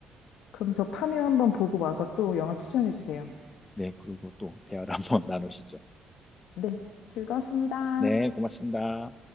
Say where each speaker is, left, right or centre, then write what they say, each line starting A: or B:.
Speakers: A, on the left; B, on the left.
A: 그럼 저 파묘 한번 보고 와서 또 영화 추천해 주세요.
B: 네, 그리고 또 대화를 <laughs> 한번 나누시죠.
A: 네. 즐거웠습니다.
B: 네, 고맙습니다.